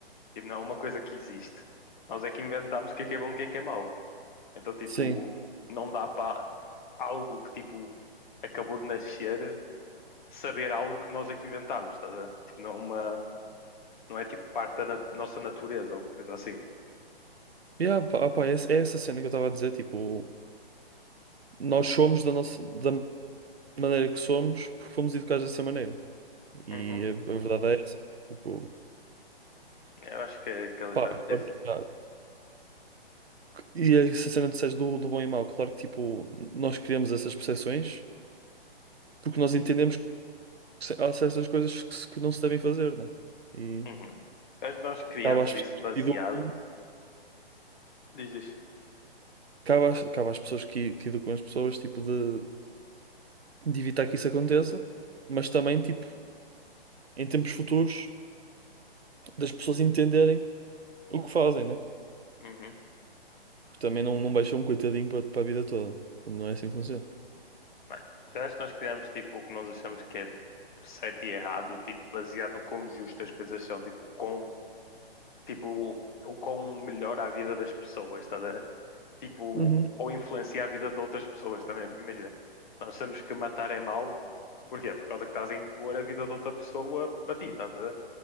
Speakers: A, on the left; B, on the right.
A: Tipo, não é uma coisa que existe. Nós é que inventamos o que é que é bom e o que é que é mau. Então, tipo,
B: Sim.
A: não dá para algo que, tipo, acabou de nascer saber algo que nós é que inventámos, tá? a ver? Tipo, não é uma, não é tipo parte da nat- nossa natureza ou uma coisa assim.
B: Yeah, pá, ah, pá, é, é essa cena que eu estava a dizer, tipo, nós somos da nossa, da maneira que somos porque fomos educados dessa maneira. E
A: Uhum.
B: a, a verdade é essa. Tipo,
A: Eu acho que é, que é literalmente
B: pá, claro
A: isso.
B: que, há- e é essa cena que disseste do, do bom e mau, claro que, tipo, nós criamos essas percepções porque nós entendemos que se- há certas coisas que, se- que não se devem fazer, né? E
A: Uhum. Eu Acho que nós criámos
B: cabe às pessoas
A: isso baseado.
B: que educam,
A: Diz isso.
B: cabe às, cabe às pessoas que, que educam as pessoas, tipo, de de evitar que isso aconteça, mas também, tipo, em tempos futuros, das pessoas entenderem o que fazem, né?
A: Uhum.
B: Porque também não, não baixam um coitadinho para para a vida toda. Também não é assim que funciona.
A: Mano, eu acho que nós criámos tipo o que nós achamos que é certo e errado, tipo, baseado no quão justo as coisas são, tipo, com, tipo, o o quão melhora a vida das pessoas, tá, a ver? Tipo,
B: Uhum.
A: ou influencia a vida de outras pessoas também, porque imagina, nós achamos que matar é mau, porquê? Por causa que estás a impor a vida de outra pessoa para ti, estás a ver?